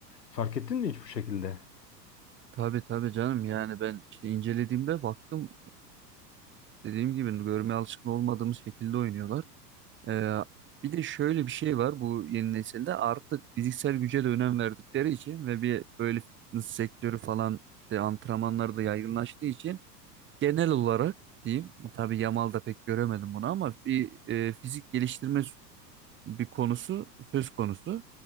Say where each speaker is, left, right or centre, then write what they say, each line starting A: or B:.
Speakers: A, on the left (about 75°); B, on the right (about 25°).
A: Fark ettin mi hiç bu şekilde?
B: Tabii tabii canım. Yani ben işte incelediğimde baktım, e, dediğim gibi görmeye alışkın olmadığımız şekilde oynuyorlar. E, bir de şöyle bir şey var bu yeni nesilde artık fiziksel güce de önem verdikleri için ve bir böyle fitness sektörü falan işte antrenmanlar da yaygınlaştığı için genel olarak diyeyim tabii Yamal'da pek göremedim bunu ama bir e, fizik geliştirme bir konusu söz konusu.